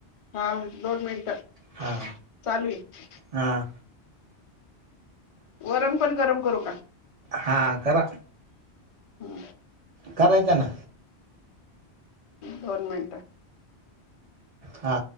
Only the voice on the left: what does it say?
हां दोन मिनिटं
चालूये
वरण पण गरम करू का
हं,
दोन मिनिटं